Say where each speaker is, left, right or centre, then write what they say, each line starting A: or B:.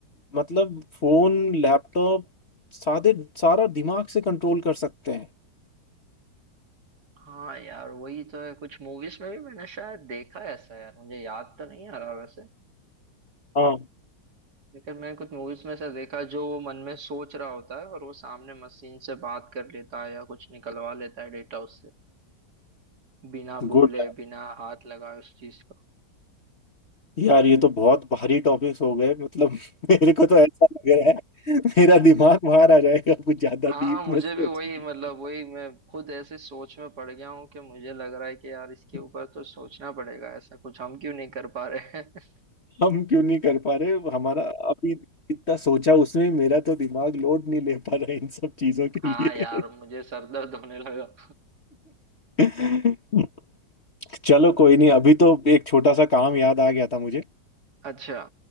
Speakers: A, on the left; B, on the right.
A: मतलब फोन लैपटॉप सादे सारा दिमाग से कंट्रोल कर सकते हैं
B: हाँ यार वही तो है कुछ मूवीज में भी मैंने शायद देखा है ऐसा यार मुझे याद तो नहीं आ रहा वैसे
A: हाँ
B: लेकिन मैंने कुछ मूवीज में ऐसा देखा जो वो मन में सोच रहा होता है और वो सामने मशीन से बात कर लेता है या कुछ निकलवा लेता है डेटा उससे बिना बोले
A: गुड
B: बिना हाथ लगाए उस चीज को
A: यार ये तो बहुत भारी टॉपिक्स हो गए मतलब <laughs> मेरे को तो ऐसा लग रहा है
B: <laughs>
A: मेरा दिमाग बाहर आ जाएगा कुछ ज्यादा
B: हाँ
A: डीप
B: मुझे
A: में सोच
B: भी वही
A: लिया।
B: मतलब वही मैं खुद ऐसे सोच में पड़ गया हूँ कि मुझे लग रहा है कि यार इसके
A: <laughs>
B: ऊपर तो सोचना पड़ेगा ऐसा कुछ हम क्यों नहीं कर पा रहे हैं
A: हम क्यों नहीं कर पा रहे हमारा अभी इतना सोचा उसमें मेरा तो दिमाग लोड नहीं ले पा रहा है इन सब चीजों
B: <laughs>
A: के
B: हाँ
A: लिए
B: यार मुझे सर दर्द होने लगा
A: <laughs> चलो कोई नहीं अभी तो एक छोटा सा काम याद आ गया था मुझे
B: अच्छा